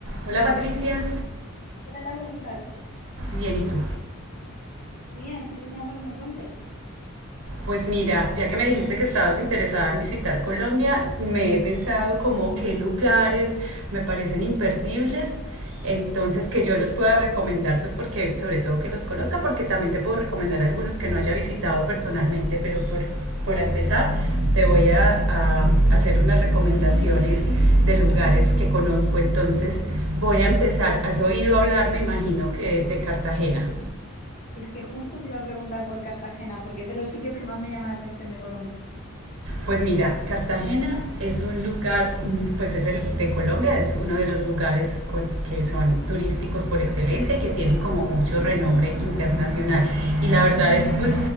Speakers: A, on the right; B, on the left.
A: Hola Patricia,
B: Hola Laura, ¿qué tal?
A: bien y tú.
B: Muy bien, estoy deseando que me cuentes.
A: Pues mira, ya que me dijiste que estabas interesada en visitar Colombia, me he pensado como qué lugares me parecen imperdibles, entonces que yo los pueda recomendar, pues porque sobre todo que los conozca, porque también te puedo recomendar algunos que no haya visitado personalmente, pero por, por empezar te voy a, a hacer unas recomendaciones de lugares que conozco, entonces voy a empezar, has oído hablar, me imagino que de Cartagena.
B: Es que justo te iba a preguntar por Cartagena, porque es de los sitios que más me llama la atención de Colombia.
A: Pues mira, Cartagena es un lugar, mm, pues es el de Colombia, es uno de los lugares con- que son turísticos por excelencia y que tienen como mucho renombre internacional. Y la verdad es pues